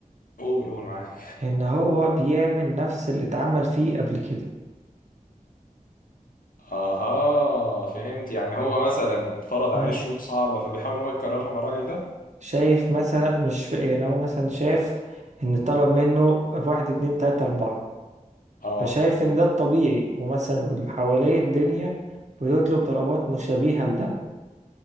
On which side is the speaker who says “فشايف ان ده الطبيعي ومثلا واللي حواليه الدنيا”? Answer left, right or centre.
Right